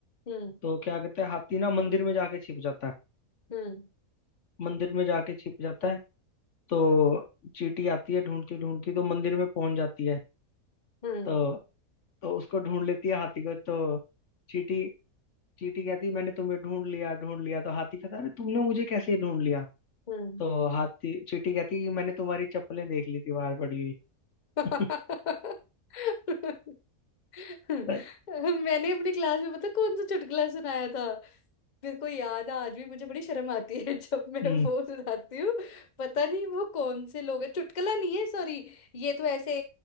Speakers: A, on the left; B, on the left.
A: हम्म
B: तो क्या करते हैं हाथी ना मंदिर में जाके छिप जाता है
A: हम्म
B: मंदिर में जाके छिप जाता है तो चींटी आती है ढूंढती ढूंढती तो मंदिर में पहुंच जाती है
A: हम्म
B: तो तो उसको ढूंढ लेती है हाथी को तो चींटी चींटी कहती मैंने तुम्हें ढूंढ लिया ढूंढ लिया तो हाथी कहता अरे तुमने मुझे कैसे ढूंढ लिया
A: हम्म
B: तो हाथी चींटी कहती कि मैंने तुम्हारी चप्पलें देख ली थी बाहर पड़ी हुई
A: मैंने
B: <laughs> तो-
A: अपनी क्लास में पता कौन सा चुटकुला सुनाया था मेरे को याद है आज भी मुझे बड़ी शर्म आती है <laughs> जब मैं
B: हम्म
A: वो सुनाती हूँ पता नहीं वो कौन से लोग हैं चुटकुला नहीं है सॉरी ये तो ऐसे